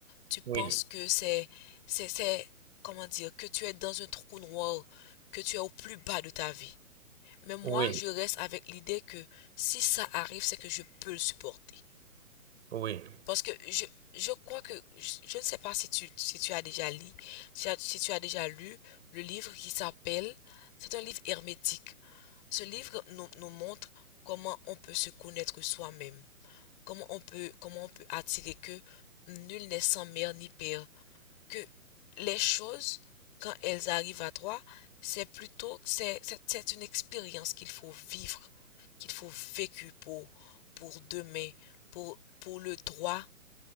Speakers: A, on the left (about 30°); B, on the right (about 50°).
A: tu penses
B: oui,
A: que c'est, c'est, c'est, comment dire, que tu es dans un trou noir, que tu es au plus bas de ta vie. Mais moi,
B: oui,
A: je reste avec l'idée que si ça arrive, c'est que je peux le supporter.
B: oui,
A: Parce que je, je crois que, je, je ne sais pas si tu, si tu as déjà lu, si, as- si tu as déjà lu le livre qui s'appelle, c'est un livre hermétique. Ce livre nous, nous montre comment on peut se connaître soi-même, comment on peut, comment on peut attirer que nul n'est sans mère ni père, que les choses, quand elles arrivent à toi, c'est plutôt, c'est, c'est c'est une expérience qu'il faut vivre, qu'il faut vécu pour, pour demain, pour, pour le droit